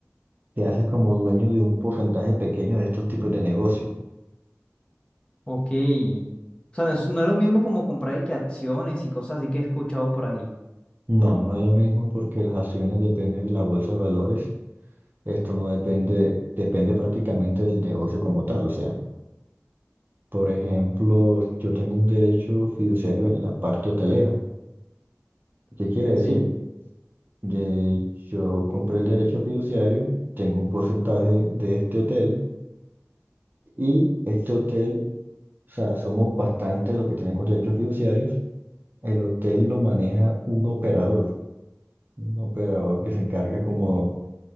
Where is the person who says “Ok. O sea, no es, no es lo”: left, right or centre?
Left